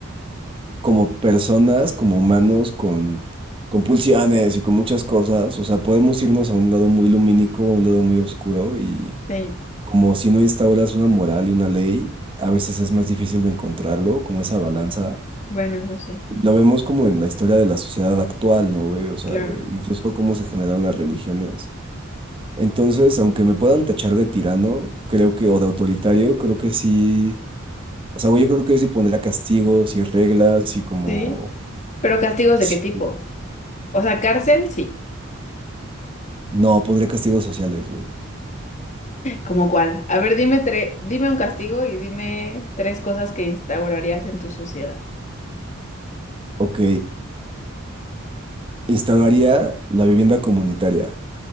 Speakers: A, on the right (about 25°); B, on the left (about 35°).
A: como personas, como humanos, con, con pulsiones y con muchas cosas, o sea, podemos irnos a un lado muy lumínico, a un lado muy oscuro, y
B: sí,
A: como si no instauras una moral y una ley, a veces es más difícil de encontrarlo, como esa balanza.
B: bueno, eso sí.
A: Lo vemos como en la historia de la sociedad actual, ¿no, güey? O sea,
B: Claro.
A: de- incluso cómo se generaron las religiones. Entonces, aunque me puedan tachar de tirano, creo que, o de autoritario, creo que sí. O sea, güey, yo creo que sí pondría castigos y reglas y como.
B: Sí. Pero castigos
A: Sí.
B: de qué tipo? O sea, cárcel, sí.
A: No, pondría castigos sociales, güey.
B: ¿Cómo cuál? A ver, dime tre- dime un castigo y dime tres cosas que instaurarías en tu sociedad.
A: Ok. Instauraría la vivienda comunitaria.